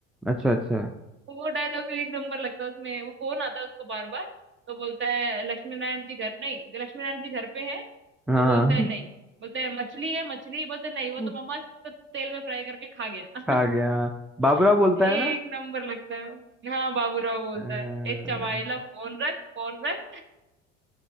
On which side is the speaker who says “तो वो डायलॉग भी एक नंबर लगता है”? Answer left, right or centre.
Right